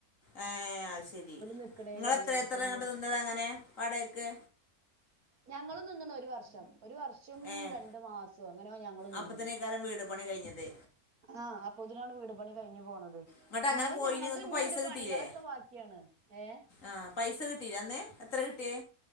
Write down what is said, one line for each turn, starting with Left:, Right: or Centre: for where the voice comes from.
Left: ഏഹ് അഹ് ശരി
Right: നിക്കണേല്
Left: ഇങ്ങളെത്ര
Right: അയ്യായിരത്തി
Left: എത്ര
Right: അഞ്ഞൂറ്
Left: ഇങ്ങട്ട് നിന്നത്
Right: രൂപ
Left: അങ്ങനെ വാടേക്ക്
Right: ഞങ്ങളും നിന്ന്ണ് ഒരു വർഷം ഒരു വർഷം ച്ചും
Left: ഏഹ്
Right: രണ്ടു മാസോ അങ്ങനെയോ ഞങ്ങളും നിന്ന്
Left: അപ്പത്തിനേക്കാരം വീട് പണി കഴിഞ്ഞത്
Right: ആഹ അപ്പൊ തിനാണ് വീട് പണി കഴിഞ്ഞു പോന്നത്
Left: ഇങ്ങട്ട് അങ്ങനെ
Right: ന്നാലും
Left: പോയിന്
Right: ഞങ്ങൾതെ
Left: ഇങ്ങക്ക്
Right: ഇഞ്ഞൂണ്ട്
Left: പൈസ കിട്ടീല്ലേ
Right: പണികളൊക്കെ ബാക്കിയാണ് ഏഹ്
Left: ആഹ് പൈസ കിട്ടീലെ അന്ന് എത്ര കിട്ടിയെ